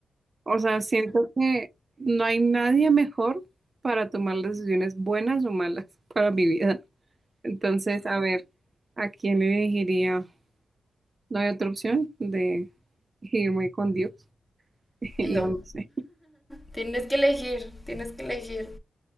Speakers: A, on the right; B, in the centre.
A: O sea, siento que no hay nadie mejor para tomar las decisiones buenas o malas <laughs> para mi vida. Entonces, a ver, ¿a quién le elegiría? No hay otra opción de irme con Dios. <laughs> No,
B: No,
A: no sé.
B: tienes que elegir, tienes que elegir.